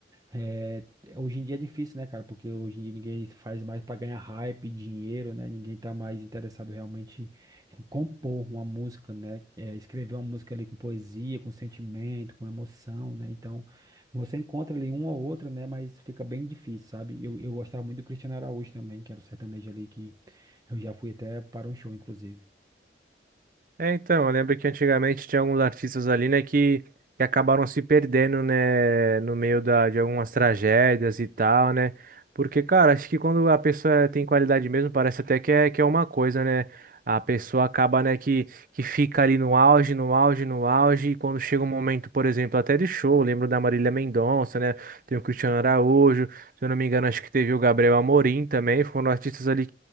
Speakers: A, on the right; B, on the right.
A: É, hoje em dia é difícil, né, cara? Porque hoje em dia ninguém faz mais para ganhar hype, dinheiro, né? Ninguém tá mais interessado realmente em compor uma música, né? É, escrever uma música ali com poesia, com sentimento, com emoção, né? Então, você encontra ali um ou outro né? Mas fica bem difícil, sabe? Eu, eu gostava muito do Cristiano Araújo também, que era o sertanejo ali que eu já fui até para um show, inclusive.
B: É, então, eu lembro que antigamente tinha alguns artistas ali, né, que, que acabaram se perdendo, né, no meio da, de algumas tragédias e tal, né? Porque, cara, acho que quando a pessoa tem qualidade mesmo, parece até que é, que é uma coisa, né? A pessoa acaba, né, que, que fica ali no auge, no auge, no auge, e quando chega um momento, por exemplo, até de show, eu lembro da Marília Mendonça, né? Tem o Cristiano Araújo, se eu não me engano, acho que teve o Gabriel Amorim também, foram artistas ali